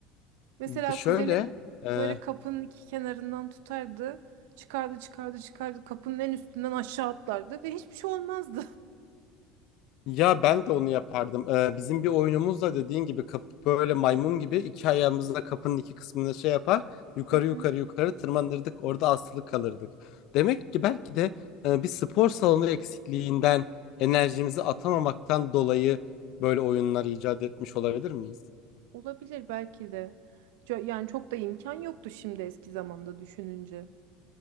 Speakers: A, on the right; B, on the left.
A: Mesela
B: B- şöyle
A: kuzenim
B: e,
A: böyle kapının iki kenarından tutardı. Çıkardı, çıkardı, çıkardı. Kapının en üstünden aşağı atlardı ve hiçbir şey olmazdı. <laughs>
B: Ya ben de onu yapardım. Ee, bizim bir oyunumuz da dediğin gibi kap- böyle maymun gibi iki ayağımızla kapının iki kısmını şey yapar. Yukarı
A: Hı hı.
B: yukarı yukarı tırmanırdık. Orada asılı kalırdık. Demek ki belki de e, bir spor salonu eksikliğinden enerjimizi atamamaktan dolayı böyle oyunlar icat etmiş olabilir miyiz?
A: Olabilir belki de. Co- Yani çok da imkan yoktu şimdi eski zamanda düşününce.